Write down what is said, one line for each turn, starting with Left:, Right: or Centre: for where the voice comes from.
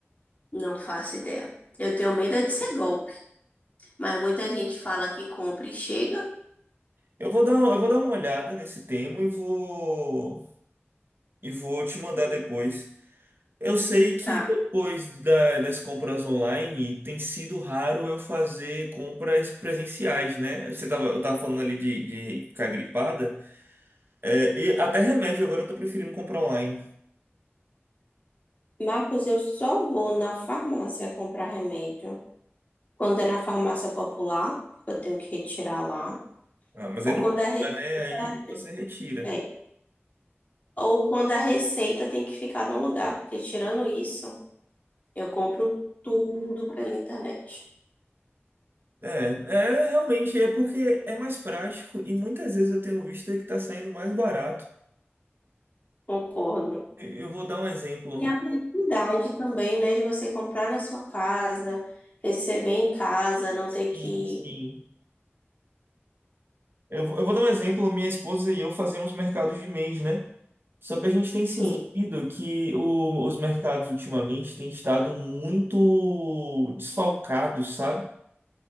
Left: Não faço ideia. Eu tenho medo é de ser golpe, mas muita gente fala que compra e chega.
Right: Eu vou dar, eu vou dar uma olhada nesse tema e vou, e vou te mandar depois. Eu sei que
Left: Tá.
Right: depois da- das compras online tem sido raro eu fazer compras presenciais, né? Você tava, eu tava falando ali de, de ficar gripada. É, e até remédio agora eu tô preferindo comprar online.
Left: Marcos, eu só vou na farmácia comprar remédio quando é na farmácia popular, porque eu tenho que retirar lá,
Right: Ah, mas
Left: ou
Right: aí não
Left: quando
Right: compra,
Left: a receita
Right: né? Aí você retira.
Left: é, ou quando a receita tem que ficar num lugar, porque tirando isso, eu compro tudo pela internet.
Right: É, é realmente é porque é mais prático e muitas vezes eu tenho visto que tá saindo mais barato.
Left: Concordo.
Right: Eu vou dar um exemplo.
Left: E a praticidade também, né, de você comprar na sua casa, receber em casa, não
Right: Sim,
Left: ter que.
Right: sim. Eu, vou- eu vou dar um exemplo. Minha esposa e eu fazemos mercados de mês, né? Só que a gente tem
Left: Sim,
Right: sentido que o- os mercados ultimamente têm estado muito desfalcados, sabe?